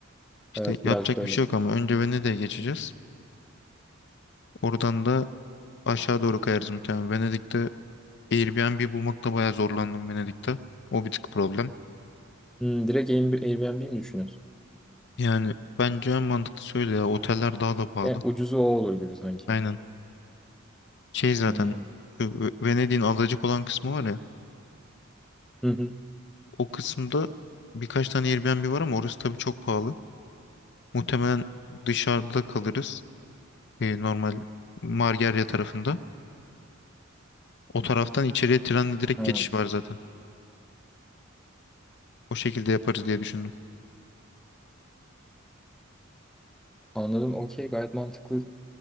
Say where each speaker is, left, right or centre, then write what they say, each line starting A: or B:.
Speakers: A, on the left; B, in the centre.
A: İşte
B: Evet
A: yapacak
B: birazcık öyle.
A: bir şey yok ama önce Venedik'e geçeceğiz. Oradan da aşağı doğru kayarız muhtemelen. Venedik'te Airbnb bulmakta bayağı zorlandım Venedik'te. O bir tık problem.
B: Hmm, direkt Airbnb Airbnb mi düşünüyorsun?
A: Yani bence en mantıklı söyle ya. Oteller daha da pahalı.
B: En ucuzu o olur gibi sanki.
A: Aynen. Şey zaten
B: Hmm.
A: şu Ve- Venedik'in adacık olan kısmı var ya.
B: Hı hı.
A: O kısımda birkaç tane Airbnb var ama orası tabii çok pahalı. Muhtemelen dışarıda kalırız. e, normal Margarya tarafında. O taraftan içeriye trenle direkt
B: Ha,
A: geçiş var zaten. O şekilde yaparız diye düşündüm.
B: anladım. Okey gayet mantıklı.